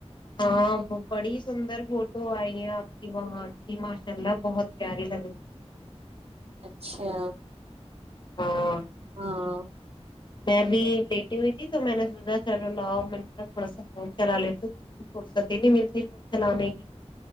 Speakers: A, on the left; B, on the right.
A: ہاں بڑی سندر فوٹو آئی ہے آپ کی وہاں کی ماشاء اللہ بہت پیاری لگ رہیپ
B: اچھا <unintelligible>
A: ہاں
B: ہاں
A: میں بھی لیٹی ہوئی تھی تو میں نے سوچا چلو لاؤ م تھوڑا سا فون چلا لیتی فرصتی نہیں ملتی فون چلانے کی